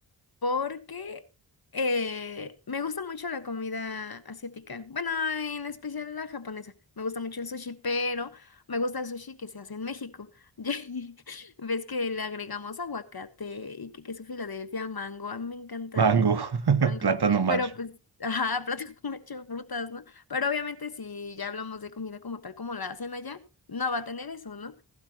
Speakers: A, on the left (about 50°); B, on the right (about 55°).
A: porque eh, me gusta mucho la comida asiática. Bueno, en especial la japonesa. Me gusta mucho el sushi, pero me gusta el sushi que se hace en México. <laughs> Ya Ves que le agregamos aguacate y que queso Filadelfia, mango. A mí me encanta
B: Mango,
A: con
B: <laughs>
A: mango.
B: plátano macho.
A: Pero pues, ajá, <laughs> plato con mucho frutas, ¿no? Pero obviamente si ya hablamos de comida como tal, como la hacen allá, no va a tener eso, ¿no?